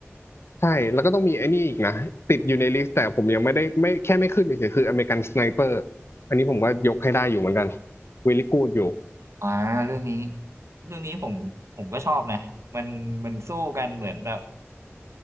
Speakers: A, on the left; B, on the right.
A: ใช่แล้วก็ต้องมีไอ้นี่อีกนะติดอยู่ในลิสต์แต่ผมยังไม่ได้ไม่แค่ไม่ขึ้นเฉยๆคืออเมริกันสไนเปอร์อันนี้ผมก็ยกให้ได้อยู่เหมือนกันวิลลี่กูดอยู่
B: อ่าเรื่องนี้ เรื่องนี้ผมผมก็ชอบนะมันมันสู้กันเหมือนแบบ